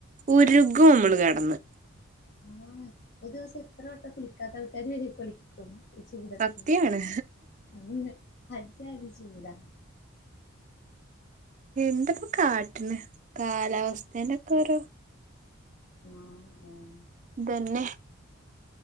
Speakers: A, on the right; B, on the left.
A: ഉരുകും നമ്മൾ കിടന്ന്
B: ആ എന്ന് ഒരു ദിവസം എത്ര വട്ടം കുളിക്കാത്ത ആൾക്കാർ വരെ കുളിക്കും ഈ ചൂടത്തു
A: സത്യാണ്
B: അങ്ങ്അ എജാതി ചൂടാ
A: എന്തിപ്പോ കാട്ടിന് കാലാവസ്ഥന്റെയൊക്കെ ഓരോ
B: മ്മ് മ്മ്
A: അതന്നെ